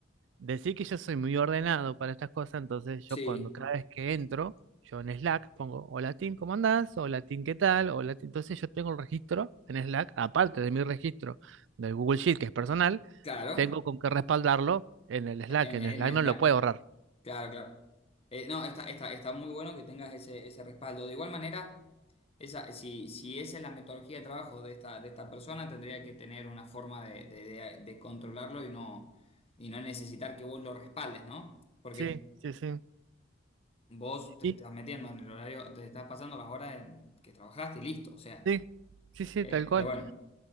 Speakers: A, on the right; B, on the left.
A: Decir que yo soy muy ordenado para estas cosas, entonces
B: sí,
A: yo cuando cada vez que entro, yo en Slack pongo, hola Tim, ¿cómo andás? Hola Tim, ¿qué tal? Hola Tim. Entonces yo tengo un registro en Slack, aparte de mi registro del Google Sheet, que es personal,
B: claro,
A: tengo con qué respaldarlo en el Slack,
B: en,
A: en
B: en
A: Slack
B: el
A: no
B: Slack.
A: lo puedo borrar
B: Claro, claro. Eh, no, está, está, está muy bueno que tengas ese, ese respaldo. De igual manera, esa, si, si esa es la metodología de trabajo de esta, de esta persona, tendría que tener una forma de, de- de- de controlarlo y no, y no necesitar que vos lo respaldes, ¿no? Porque
A: Sí, sí, sí.
B: vos te
A: Y
B: estás metiendo en el horario, te estás pasando las horas en que trabajaste y listo. O sea,
A: sí, sí, sí,
B: eh,
A: tal cual.
B: pero bueno.